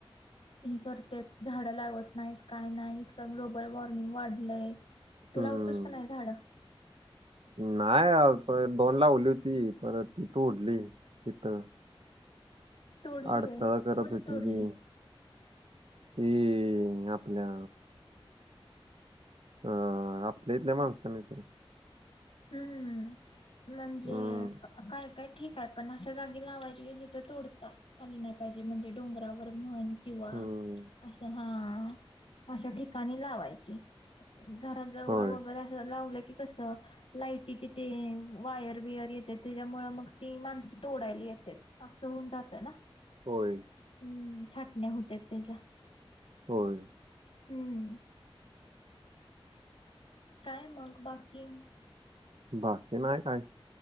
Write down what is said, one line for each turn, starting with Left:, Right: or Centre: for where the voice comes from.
Left: हे करतात झाड लावत नाहीत काय नाही. इतक ग्लोबल वॉर्मिंग वाढलय. तु
Right: हम्म
Left: लावतेस का नाही झाड?
Right: नाही अग दोन लावली होती परत तोडली तिथ.
Left: तोडली
Right: अडथळा
Left: वे
Right: करत
Left: कोणी
Right: होती
Left: तोडली
Right: ती ती आपल्या हा आपल्या इथल्या माणसांनी तर
Left: हम्म म्हणजे
Right: हम्म
Left: का काय-काय ठीक आहेत पण अशा जागी लावायची गेली तर तोडता. आली नाय पाहिजे म्हणजे डोंगरावर म्हणी किंवा
Right: हम्म
Left: असं हा अशा ठिकाणी लावायची. घरा जवळ
Right: होय
Left: वगैरे असं लावलं की कसं लाइटीचे ते वायर बिअर येते त्याच्यामुळं मग ती माणसं तोडायला येत्यात. असं होऊन जातं ना
Right: होय
Left: हम्म छाटण्या होत्यात तेज्या.
Right: होय.
Left: हम्म. काय मग बाकी?
Right: बाकी नाही काय